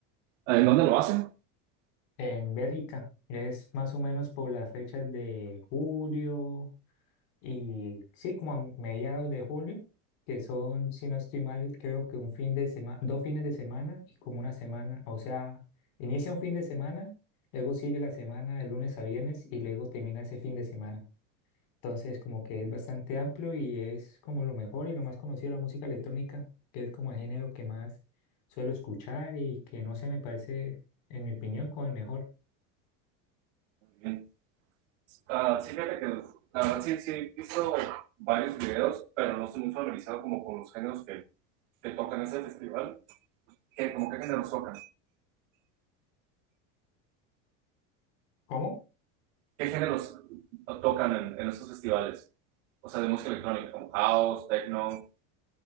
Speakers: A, on the right (about 80°); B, on the left (about 65°).
A: ¿En dónde lo hacen?
B: en Bélgica. Es más o menos por las fechas de julio y sí, como a mediados de julio, que son, si no estoy mal, creo que un fin de semana, dos fines de semana y como una semana, o sea, inicia un fin de semana, luego sigue la semana de lunes a viernes y luego termina ese fin de semana. Entonces, como que es bastante amplio y es como lo mejor y lo más conocido de la música electrónica, que es como el género que más suelo escuchar y que no se me parece, en mi opinión, como el mejor.
A: Bien. Ah, sí, fíjate que la verdad sí, sí he visto varios videos, pero no estoy muy familiarizado como con los géneros que, que tocan ese festival. ¿Qué, como qué géneros tocan?
B: ¿Cómo?
A: ¿Qué géneros tocan en, en estos festivales? O sea, de música electrónica, como house, techno.